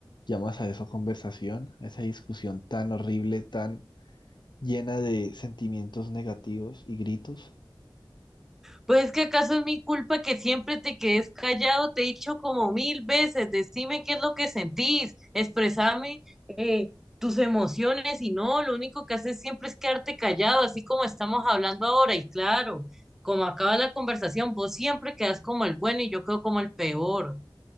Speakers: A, on the left; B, in the centre.
A: ¿Llamas a eso conversación? ¿A esa discusión tan horrible, tan llena de sentimientos negativos y gritos,
B: Pues que acaso es mi culpa que siempre te quedes callado, te he dicho como mil veces, decime qué es lo que sentís, expresame eh, tus emociones y no, lo único que haces siempre es quedarte callado, así como estamos hablando ahora y claro, como acaba la conversación, vos siempre quedas como el bueno y yo quedo como el peor.